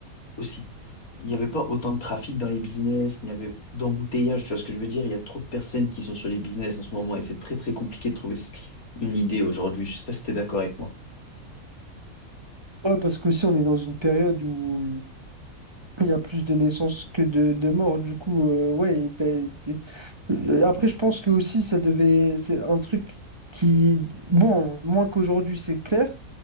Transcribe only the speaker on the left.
aussi, il n'y avait pas autant de trafic dans les business, il n'y avait d'embouteillage, tu vois ce que je veux dire? Il y a trop de personnes qui sont sur les business en ce moment et c'est très très compliqué de trouver s- une idée aujourd'hui. Je sais pas si tu es d'accord avec moi.